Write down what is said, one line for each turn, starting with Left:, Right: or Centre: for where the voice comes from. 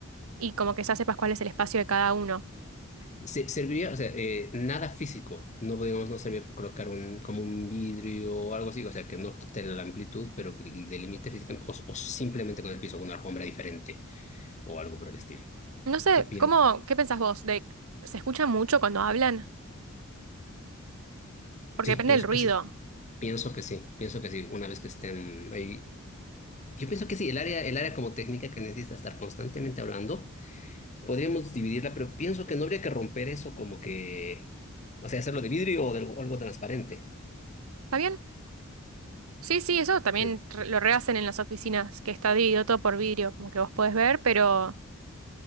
Right: y como que ya sepas cuál es el espacio de cada uno.
Left: se- serviría, o sea, eh, nada físico, no podíamos, no servir colocar un, como un vidrio o algo así, o sea, que no quite la amplitud, pero que delimite físicamente, o, o simplemente con el piso, con una alfombra diferente o algo por el estilo.
Right: No sé,
Left: ¿Qué piensas?
Right: ¿cómo, qué pensás vos? De, ¿se escucha mucho cuando hablan? Porque
Left: sí,
Right: depende
Left: pienso
Right: del ruido.
Left: que sí, pienso que sí, pienso que sí, una vez que estén ahí. Yo pienso que sí, el área, el área como técnica que necesita estar constantemente hablando, podríamos dividirla, pero pienso que no habría que romper eso como que, o sea, hacerlo de vidrio o de algo, algo transparente.
Right: ¿Está bien? Sí, sí, eso también
Left: Sí.
Right: re- lo rehacen en las oficinas, que está dividido todo por vidrio, como que vos podés ver, pero